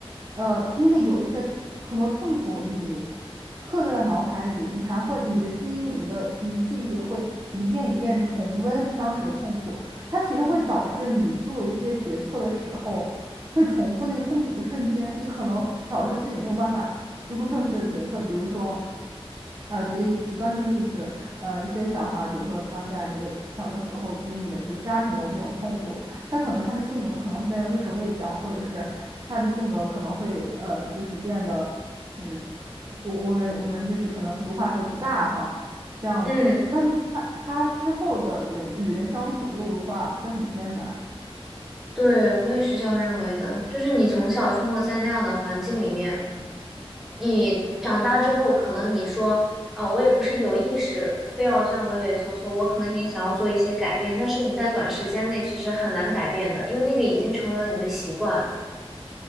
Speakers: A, on the right; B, in the centre.
A: 呃，因为有一些很多痛苦，你刻在了脑海里，你还会你的基因、你的你的记忆会一遍一遍重温当时的痛苦。它其实会导致你做一些决策的时候，会重复那个痛苦的瞬间，你可能导致自己没有办法做出正确的决策。比如说，呃，举个一极端的例子，呃，一些小孩儿，比如说他在这个小的时候经历了这个家庭的这种痛苦，他可能他的性格可能会变得畏手畏脚，或者是他的性格可能会呃，就是变得，嗯，我我们我们就是可能俗话说不大方。这样子。
B: 嗯，
A: 那他他之后的人与人相处的路的话，会很艰难。
B: 对，我也是这样认为的，就是你从小生活在那样的环境里面。你长大之后，可能你说，呃，我也不是有意识非要这样畏畏缩缩，我可能也想要做一些改变，但是你在短时间内其实很难改变的，因为那个已经成为了你的习惯。